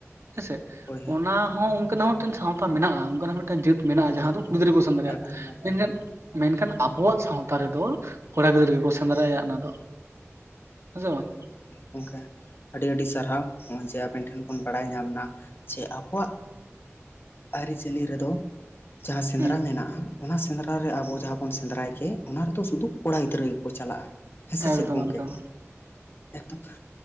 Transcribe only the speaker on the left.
ᱦᱳᱭ ᱦᱳᱭ ᱦᱳᱭ
ᱦᱳᱭ
ᱦᱳᱭ ᱦᱳᱭ
ᱮᱠᱫᱚᱢ ᱮᱠᱫᱚᱢ
ᱦᱳᱭ
ᱜᱚᱝᱠᱮ ᱟᱹᱰᱤ ᱟᱹᱰᱤ ᱥᱟᱨᱦᱟᱣ ᱱᱚᱜᱼᱚᱭ ᱡᱮ ᱟᱵᱮᱱ ᱴᱷᱮᱱ ᱵᱚᱱ ᱵᱟᱲᱟᱭ ᱧᱟᱢᱱᱟ ᱡᱮ ᱟᱵᱚᱣᱟᱜ ᱟᱹᱨᱤᱪᱟᱹᱞᱤ ᱨᱮᱫᱚ ᱡᱟᱦᱟᱸ ᱥᱮᱸᱫᱽᱨᱟ
ᱢᱮᱱᱟᱜ-ᱟ ᱚᱱᱟ ᱥᱮᱸᱫᱽᱨᱟ ᱨᱮ ᱟᱵᱚ ᱡᱟᱦᱟᱸ ᱵᱚᱱ ᱥᱮᱸᱫᱽᱨᱟᱭ ᱜᱮ ᱚᱱᱟ ᱨᱮᱫᱚ ᱥᱩᱫᱩ ᱠᱚᱲᱟ ᱜᱤᱫᱽᱨᱟᱹ ᱠᱚ ᱪᱟᱞᱟᱜᱼᱟ ᱦᱮᱸ ᱥᱮ
ᱪᱮᱫ ᱜᱚᱢᱠᱮ?
ᱮᱠᱫᱚᱢ